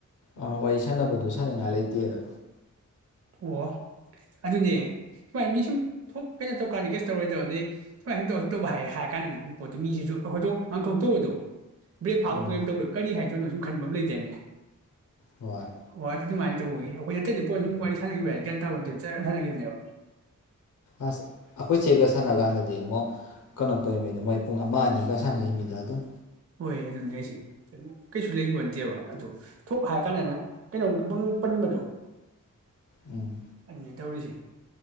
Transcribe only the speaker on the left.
ꯑ ꯋꯥꯔꯤ ꯁꯥꯟꯅꯕꯗꯨ ꯁꯥꯟꯅꯉꯥꯏ ꯂꯩꯇꯦꯗ
ꯎꯝ
ꯍꯣꯌ
ꯑꯁ ꯑꯩꯈꯣꯏ ꯆꯦꯒ ꯁꯥꯟꯅ ꯀꯥꯟꯗꯗꯤ ꯑꯃꯨꯛ ꯀꯩꯅꯣ ꯇꯧꯔꯤꯃꯤꯗ ꯃꯣꯏ ꯄꯨꯡ ꯑꯃ ꯑꯅꯤꯒ ꯁꯥꯟꯅꯩ ꯃꯤꯗ ꯑꯗꯨꯝ
ꯎꯝ